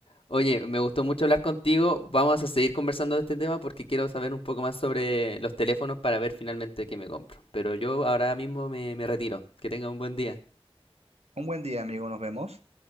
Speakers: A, on the left; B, on the right.
A: Oye, me gustó mucho hablar contigo. Vamos a seguir conversando de este tema porque quiero saber un poco más sobre los teléfonos para ver finalmente qué me compro. Pero yo ahora mismo me, me retiro. Que tenga un buen día.
B: Un buen día, amigo, nos vemos.